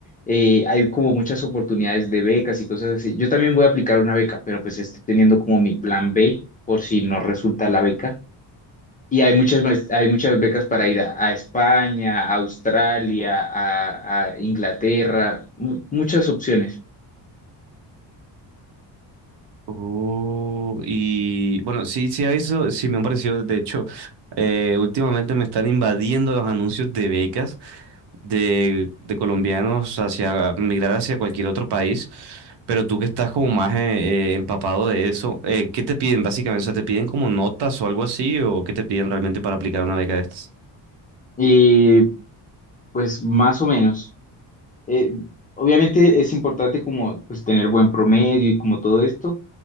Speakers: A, on the left (about 20°); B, on the right (about 65°).
A: eh, hay como muchas oportunidades de becas y cosas así. Yo también voy a aplicar una beca, pero pues estoy teniendo como mi plan B por si no resulta la beca. Y hay muchas, maest- hay muchas becas para ir a, a España, a Australia, a, a Inglaterra, mu- muchas opciones.
B: Uh, y bueno, sí, sí, eso sí me han parecido. De hecho, eh, últimamente me están invadiendo los anuncios de becas de, de colombianos hacia migrar hacia cualquier otro país. Pero tú que estás como más eh, eh, empapado de eso, eh, ¿qué te piden básicamente? O sea, ¿te piden como notas o algo así? ¿O qué te piden realmente para aplicar una beca de estas?
A: Y pues más o menos. Eh, obviamente es importante como pues tener buen promedio y como todo esto